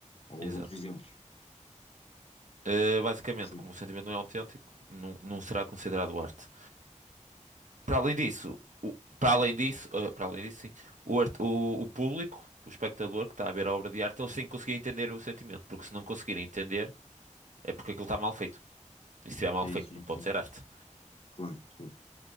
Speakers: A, on the left; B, on the right.
A: ou
B: Exato.
A: de outros exemplos.
B: Eh, basicamente,
A: Sim,
B: como o sentimento não é autêntico, não, não será considerado arte. Para além disso, o- para além disso, ah, para além disso, sim, o, art- o- o público, o espectador que está a ver a obra de arte, ele sim conseguia entender o sentimento, porque se não conseguir entender, é porque aquilo está mal feito. E se estiver mal
A: sim,
B: feito,
A: sim,
B: não pode
A: sim.
B: ser arte.
A: Claro, claro.